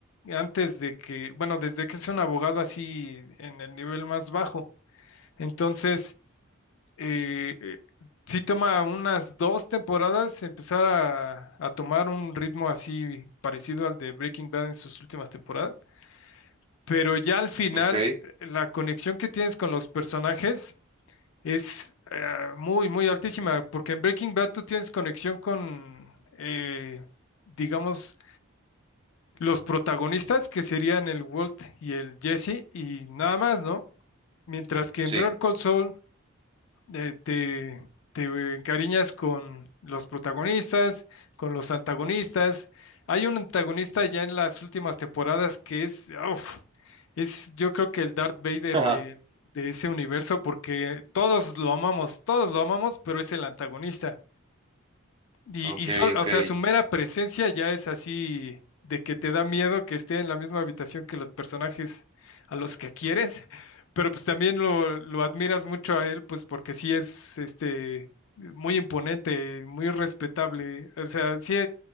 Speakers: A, on the left; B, on the right.
A: antes de que, bueno, desde que es un abogado así en el nivel más bajo. Entonces eh, eh, sí toma unas dos temporadas empezar a, a tomar un ritmo así parecido al de Breaking Bad en sus últimas temporadas, pero ya al final
B: ok,
A: eh, la conexión que tienes con los personajes es eh, muy, muy altísima, porque en Breaking Bad tú tienes conexión con, eh, digamos, los protagonistas, que serían el Walt y el Jesse, y nada más, ¿no? Mientras que en
B: sí.
A: Better Call Saul eh, te, te encariñas con los protagonistas, con los antagonistas. Hay un antagonista ya en las últimas temporadas que es, uf, es yo creo que el Darth Vader
B: Ajá.
A: de, de ese universo, porque todos lo amamos, todos lo amamos, pero es el antagonista. Y,
B: Ok,
A: y sol-
B: ok.
A: o sea, su mera presencia ya es así de que te da miedo que esté en la misma habitación que los personajes a los que quieres, <laughs> pero pues también lo, lo admiras mucho a él, pues porque sí es este muy imponente, muy respetable. O sea, sí,